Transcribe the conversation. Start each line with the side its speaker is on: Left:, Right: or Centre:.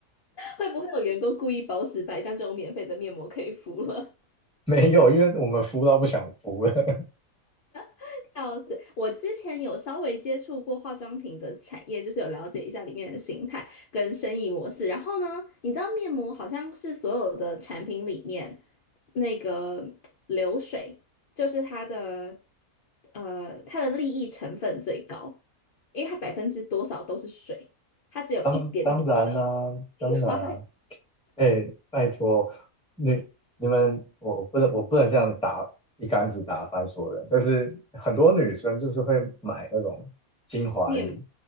Left: 会不会有员工故意包十百，这样就有免费的面膜可以敷了？
Centre: <laughs> 没有，因为我们敷到不想敷了。
Left: <laughs> 笑死！我之前有稍微接触过化妆品的产业，就是有了解一下里面的形态跟生意模式。然后呢，你知道面膜好像是所有的产品里面那个流水，就是它的呃它的利益成分最高，因为它百分之多少都是水，它只有一点点
Centre: 当当然啦、当然啊，
Left: 精华
Centre: 哎、拜托，你你们，我我不能我不能这样打一竿子打翻所有人，但是很多女生就是会买那种精华液，
Left: 面膜，